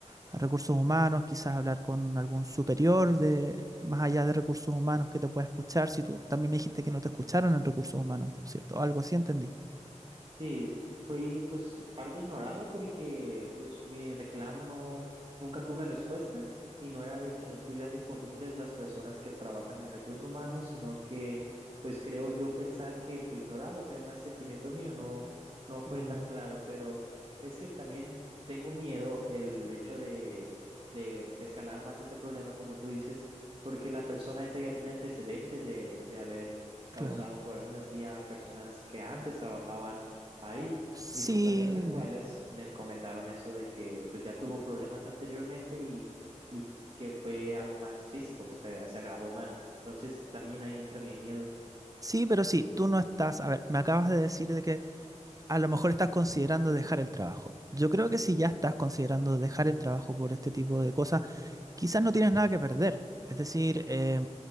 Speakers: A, on the right; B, on the right.
A: a recursos humanos, quizás hablar con algún superior de, más allá de recursos humanos que te pueda escuchar. Si tú también me dijiste que no te escucharon en recursos humanos, ¿cierto? Algo así entendí.
B: Sí, fui pues parte ignorado porque pues mi reclamo no, nunca tuve respuesta y no era de que no estuvieran disponibles las personas que trabajan en recursos humanos, sino que pues creo yo pensar que fui ignorado, fue más sentimiento mío, no, no fue
A: Mm,
B: tan claro, pero es que también tengo miedo el hecho de, de escalar más este problema, como tú dices, porque la persona esta ya tiene antecedentes de, de haber causado
A: claro.
B: problemas así a personas que antes trabajaban ahí.
A: Sí,
B: Mis compañeros actuales me comentaron eso de que pues ya tuvo problemas anteriormente y, y que fue algo más físico, pues se, se agravó más. Entonces también ahí entra mi miedo.
A: sí, pero sí, tú no estás. A ver, me acabas de decir de que a lo mejor estás considerando dejar el trabajo. Yo creo que si ya estás considerando dejar el trabajo por este tipo de cosas, quizás no tienes nada que perder. Es decir, eh,